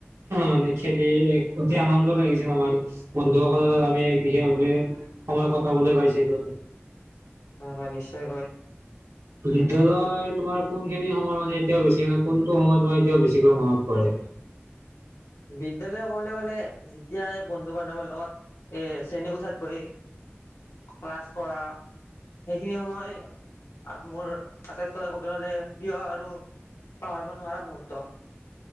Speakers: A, on the right; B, on the left.
A: মানে খেলি এক অতি আনন্দ লাগিছিল আমাৰ বন্ধুসকলৰ লগ আমি এক বিশেষভাৱে‌ সময় কটাবলৈ পাইছিলো।
B: হয়, হয় নিশ্চয় কৈ
A: বিদ্যালয় তোমাৰ কোনখিনি সময় মানে এতিয়াও বেছি কোনটো সময় তোমাৰ এতিয়াও বেছিকৈ মনত পৰে?
B: বিদ্যালয় ক'বলৈ গ'লে যি তিয়া বন্ধু-বান্ধৱীৰ লগত এ শ্ৰেণীকোঠাত বহি ক্লাছ কৰা সেইখিনি সময় মোৰ আটাইতকৈ ক'বলে গ'লে প্ৰিয় আৰু পাহৰিব নোৱাৰা মুহূৰ্ত।